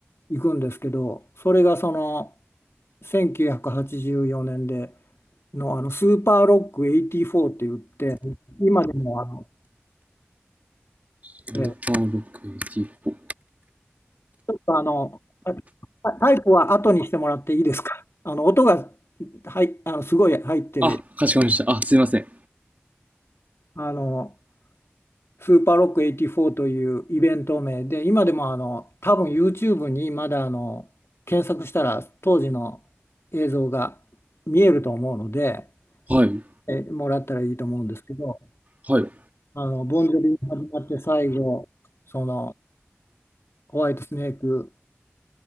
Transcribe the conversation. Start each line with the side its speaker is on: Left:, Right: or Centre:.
Left: 行くんですけど、それがその、1984年での、あのスーパーロック84って言って今でもあの、
Right: スーパーロック
Left: えあの、あタイプは後にしてもらっていいですか。あの音がはいあのすごい入ってる
Right: あ、かしこまりました。あ、すいません。
Left: あのスーパーロック84というイベント名で今でもあの多分 YouTube にまだあの検索したら当時の映像が見えると思うので
Right: はい。
Left: えもらったらいいと思うんですけど
Right: はい。
Left: あのボンジョビに始まって最後そのホワイトスネーク